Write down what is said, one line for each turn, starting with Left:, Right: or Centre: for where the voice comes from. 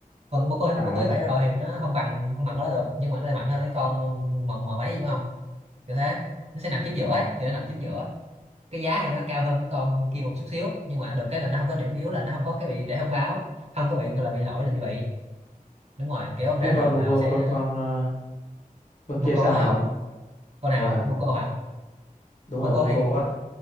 Right: còn boco boco
Left: trời
Right: bô cô
Left: ơi.
Right: bảy rồi thì nó không bằng không bằng cái đó được nhưng mà nó lại mạnh hơn cái con mồng mà mấy của ông kiểu thế nó sẽ nằm chính giữa ấy kiểu nó nằm chính giữa cái giá thì nó cao hơn cái con kia một chút xíu nhưng mà được cái là nó không có điểm yếu là nó không có cái bị trễ thông báo không có bị gọi là bị lỗi là như vậy đúng rồi kiểu ông
Left: thế
Right: ra đường
Left: con bô
Right: là
Left: cô-
Right: ông sẽ
Left: con con ờ, con
Right: boco
Left: kia sao
Right: hả
Left: hả
Right: không
Left: không
Right: con nào
Left: ờ
Right: không bô hả
Left: đúng
Right: boco
Left: rồi bô cô
Right: thì
Left: á